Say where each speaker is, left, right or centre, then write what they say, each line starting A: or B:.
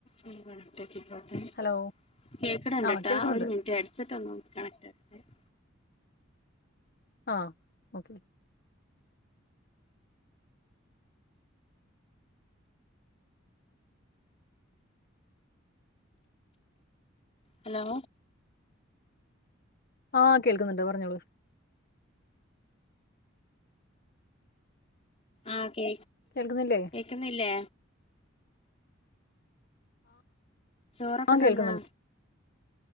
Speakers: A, on the left; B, on the left.
A: ഉം കണക്റ്റ് ആക്കിക്കോട്ടെ
B: ഹലോ
A: കേക്ക്ണ് ഇണ്ട്ട്ടാ
B: ആഹ് കേൾക്കുന്നുണ്ട്
A: ഒരു മിനിറ്റ് ഹെഡ്സെറ്റ് ഒന്ന് കണക്റ്റ് ആ ഏഹ്
B: ആഹ് ഓക്കെ
A: ഹലോ
B: ആഹ് കേൾക്ക്ന്നുണ്ട് പറഞ്ഞോളൂ
A: ആഹ് കേ
B: കേൾക്ക്ന്നില്ലേ?
A: ക്ക്ന്നില്ലേ? ചോറൊക്കെ
B: ആഹ്
A: തിന്നാ?
B: കേൾക്കുന്നുണ്ട്